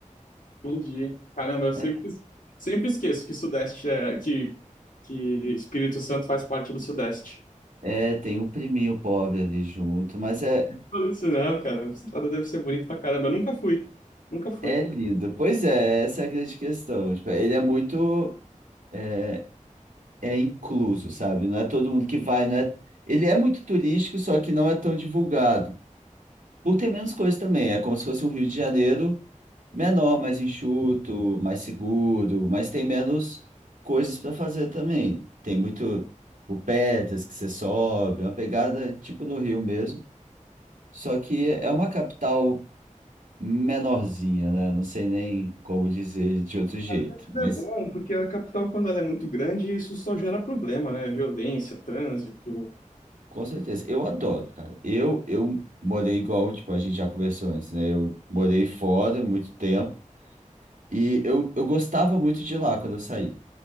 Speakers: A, on the left; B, on the right.
A: Entendi. Caramba, eu sempre,
B: É,
A: sempre esqueço que Sudeste é... Que, que Espírito Santo faz parte do Sudeste.
B: é, tem o priminho pobre ali junto, mas é
A: Falou isso não, cara. O estado deve ser bonito pra caramba. Eu nunca fui. Nunca fui.
B: É lindo. Pois é, essa é a grande questão. Tipo, ele é muito é, é incluso, sabe? Não é todo mundo que vai, não é... Ele é muito turístico, só que não é tão divulgado. Por ter menos coisas também. É como se fosse um Rio de Janeiro menor, mais enxuto, mais seguro, mas tem menos coisas para fazer também. Tem muito, tipo, pedras que você sobe, é uma pegada tipo no Rio mesmo. Só que é uma capital menorzinha, né? Não sei nem como dizer de outro jeito,
A: É
B: mas
A: bom, porque a capital, quando ela é muito grande, isso só gera problema, né? Violência, trânsito.
B: com certeza, eu adoro, cara. Eu, eu morei igual, tipo, a gente já conversou antes, né? Eu morei fora muito tempo e eu, eu gostava muito de lá quando eu saí.